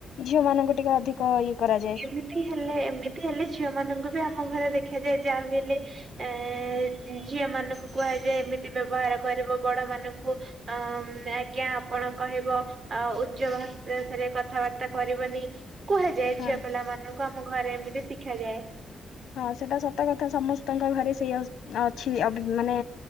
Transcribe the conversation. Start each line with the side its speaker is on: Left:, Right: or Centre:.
Left: ଝିଅ ମାନଙ୍କୁ ଟିକେ ଅଧିକ ଇଏ କରାଯାଏ
Right: ଏମିତି ହେଲେ ଏମିତି ହେଲେ ଝିଅମାନଙ୍କୁ ବି ଆମ ଘରେ ଦେଖାଯାଏ ଯାହା ବି ହେଲେ ଏ ଝିଅ ମାନଙ୍କୁ କୁହାଯାଏ ଏମିତି ବ୍ୟବହାର କରିବ ବଡମାନଙ୍କୁ। ଅ ଆଜ୍ଞା, ଆପଣ କହିବ। ଆ ଉଚ୍ଚ ଭାଷାରେ କଥାବାର୍ତ୍ତା କରିବନି। କୁହାଯାଏ
Left: ହଁ
Right: ଝିଅ ପିଲା ମାନଙ୍କୁ ଆମ ଘରେ ଏମିତି ଶିଖାଯାଏ।
Left: ହଁ ସେଟା ସତ କଥା ସମସ୍ତଙ୍କ ଘରେ ସେଇ ଅଛି ଅଭି ମାନେ